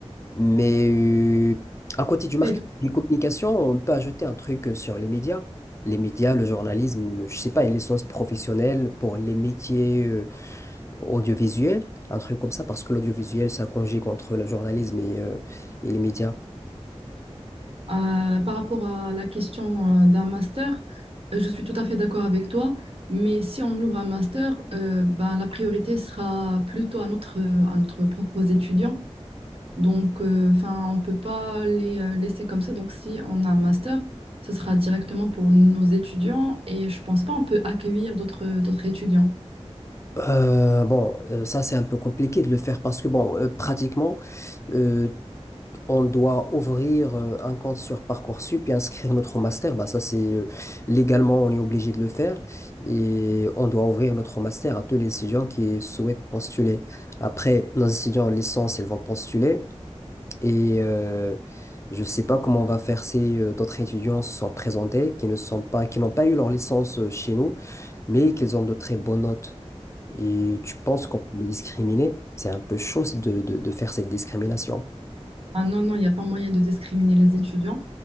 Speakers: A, on the left (about 25°); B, on the right (about 55°).
A: Mais euh, à côté du marketing
B: Et tout.
A: des communications, on peut ajouter un truc euh, sur les médias. Les médias, le journalisme, je sais pas, une licence professionnelle pour les métiers euh, audiovisuels, un truc comme ça, parce que l'audiovisuel, ça conjugue entre le journalisme et, euh, et les médias.
B: Euh, par rapport à la question euh, d'un master, euh, je suis tout à fait d'accord avec toi, mais si on ouvre un master, euh, ben, la priorité sera plutôt à notre, à notre propre étudiant. Donc, euh, enfin, on peut pas les euh, laisser comme ça. Donc, si on a un master, ce sera directement pour nos étudiants et je pense pas on peut accueillir d'autres d'autres étudiants.
A: Euh, bon, euh, ça c'est un peu compliqué de le faire parce que bon, euh, pratiquement, euh, on doit ouvrir euh, un compte sur Parcoursup et inscrire notre master. Bah, ça, c'est euh, légalement, on est obligé de le faire. Et on doit ouvrir notre master à tous les étudiants qui souhaitent postuler. Après, nos étudiants en licence, ils vont postuler. Et euh, je sais pas comment on va faire si euh, d'autres étudiants se sont présentés, qui ne sont pas, qui n'ont pas eu leur licence euh, chez nous, mais qu'ils ont de très bonnes notes. Et tu penses qu'on peut les discriminer? C'est un peu chaud de de- de faire cette discrimination.
B: Ah non, non, il n'y a pas moyen de discriminer les étudiants.